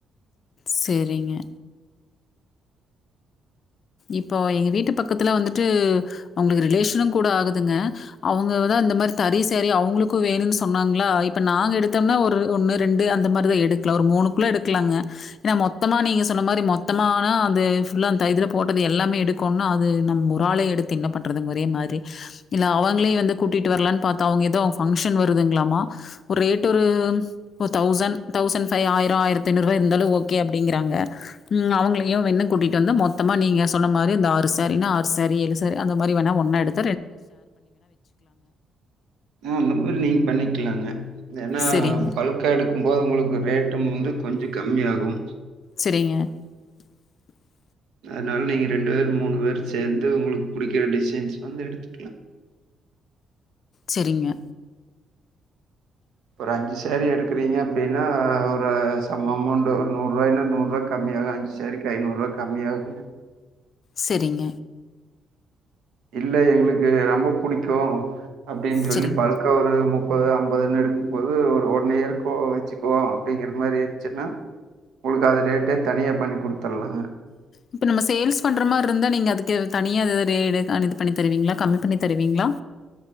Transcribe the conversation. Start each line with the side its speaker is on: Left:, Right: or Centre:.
Left: சேரிங்க இப்போ எங்க வீட்டு பக்கத்துல வந்துட்டு அவங்கள் ரிலேஷனுங் கூட ஆகுதுங்க அவங்கதா இந்த மாரி தறி சேரி அவங்களுக்கு வேணுன்னு சொன்னாங்களா இப்ப நாங்க எடுத்தோம்னா ஒரு ஒண்ணு ரெண்டு அந்த மாதிரிதா எடுக்கலா ஒரு மூணுக்குள்ள எடுக்கலாங்க ஏனா மொத்தமா நீங்க சொன்ன மாரி மொத்தமானா அது ஃபுல்லா அந்த இதுல போட்டது எல்லாமே எடுக்கோண்னா அது நம் ஒராளே எடுத்து என்ன பண்றது ஒரே மாரி இல்ல அவங்களே வந்து கூட்டிட்டு வரலான்னு பார்த்தோ அவுங்க ஏதோ அவுங்க ஃபங்க்ஷன் வருதுங்களாமா ஒரு ரேட் ஒரு ஒரு தௌசண்ட் தௌசண்ட் ஃபைவ் ஆயிரோ ஆயிரத்தி ஐநூறு ரூவா இருந்தாலு ஓகே அப்படிங்கிறாங்க ம் அவங்களையு வெண்ணா கூட்டிட்டு வந்தா மொத் தமா நீங்க சொன்ன மாரி இந்த ஆறு சாரீனா ஆறு சாரி ஏழு சாரி அந்த மாரி வேணா ஒன்னா எடுத்
Right: ஆஹ அந்த மாரி நீங்க பண்ணிக்கலாங்க ஏனா
Left: சரிங்க,
Right: பல்க்கா எடுக்கும்போது உங்களுக்கு ரேட்டும் வந்து கொஞ்சோ கம்மி ஆகும்
Left: சரிங்க, <inaudible>
Right: அதனால நீங்க ரெண்டு பேர் மூணு பேர் சேர்ந்து உங்களுக்கு புடிக்கிற டிசைன்ஸ் வந்து எடுத்துக்கலா
Left: செரிங்க
Right: ஒரு அஞ்சு சாரி எடுக்கறீங்க அப்படின்னா ஒரு சம் அமௌண்ட் ஒரு நூறு ரூவாய்ன்னா நூறு ரூபா கம்மி ஆகு அஞ்சு சாரிக்கு ஐநூறு ரூவா கம்மி ஆகுங்க
Left: செரிங்க
Right: இல்ல எங்களுக்கு ரொம்ப புடிக்கூ அப்படின்னு சொல்லி
Left: சரிங்க.
Right: பல்கா ஒரு மு ப்பது ஐம்பதுன்னு எடுக்கும்போது ஒரு ஒன் இயருக்கே வெச்சுக்குவோ அப்படிங்கிற மாரி இருந்துச்சுன்னா உங்களுக்கு அது ரேட்டே தனியா பண்ணி குடுத்துடலாங்க
Left: இப்ப நம்ம சேல்ஸ் பண்ற மாரி இருந்தா நீங்க அதுக் கு தனியா இது ரே பண்ணி தருவீங்களா கம்மி பண்ணித் தருவீங்களா